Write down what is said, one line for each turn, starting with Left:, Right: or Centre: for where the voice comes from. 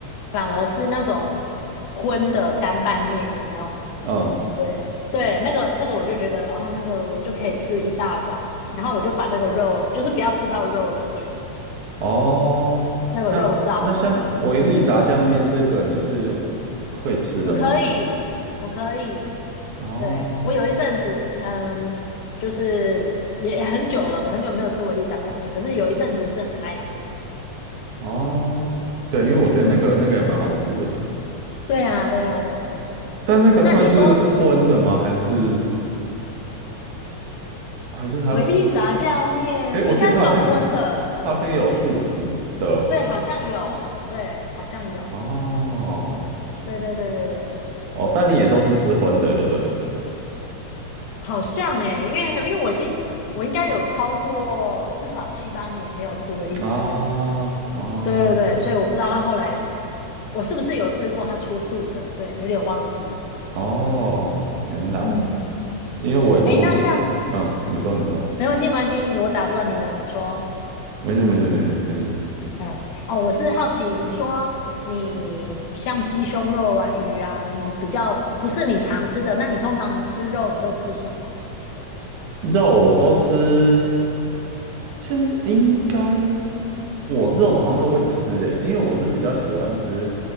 Left: 反而是那种荤的干拌面，有没有？
Right: 嗯，
Left: 对对，那个那个我就觉得，哦，那个我就可以吃一大碗，然后我就把那个肉，就是不要吃到肉就对了
Right: 哦，
Left: 那个肉燥啊，
Right: 那那像维力炸酱面这个你是
Left: 嗯，
Right: 会吃的吗？
Left: 我可以，我可以，
Right: 哦
Left: 对，我有一阵子，嗯，就是也很久了，我很久没有吃维力炸酱面，可是有一阵子是很爱吃的。
Right: 哦，对，因为我觉得那个那个也蛮好吃的。
Left: 嗯，对呀，对呀，对呀。
Right: 但那个算是荤的吗？
Left: 那你说
Right: 还是还是它是？
Left: 维力炸酱面应该算荤的？
Right: 诶，我记得它好像有它好像也有素食的
Left: 对，好像有，对，好像有，
Right: 哦
Left: 对对对对对，
Right: 哦，但你也都是吃荤的就对了
Left: 好像诶、因为因为我已经我应该有超过至少七八年没有吃维力炸酱面。
Right: 啊哦
Left: 对对对，所以我不知道他后来我是不是有吃过他出素的，对，有点忘记。
Right: 哦，原来
Left: 嗯。
Right: 因为我也都是
Left: 哎，那像
Right: 嗯，你说你说，
Left: 没关系，没关系，你我打断你了，你说，
Right: 没事没事没事没事，
Left: 哎，哦，我是好奇，你说你像鸡胸肉啊、鱼啊，你比较不是你常吃的，那你通常吃肉你都吃什么
Right: 肉我都吃，现在应该我肉的好像都会吃诶，因为我是比较喜欢吃